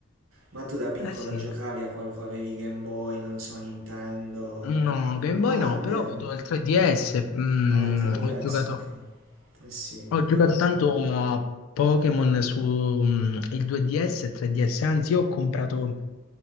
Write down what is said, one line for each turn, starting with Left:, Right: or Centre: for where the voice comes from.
Right: Ma tu da piccolo
Left: Eh sì,
Right: giocavi a qualcosa, avevi Game Boy, non so, Nintendo.
Left: no, Game
Right: Ah,
Left: Boy no,
Right: è vero.
Left: però ho avuto il 3DS, mm,
Right: Ah, il 3DS,
Left: ho giocato...
Right: ok. Eh sì,
Left: Ho giocato
Right: io...
Left: tanto a Pokémon su mm, il 2DS e 3DS, anzi io ho comprato,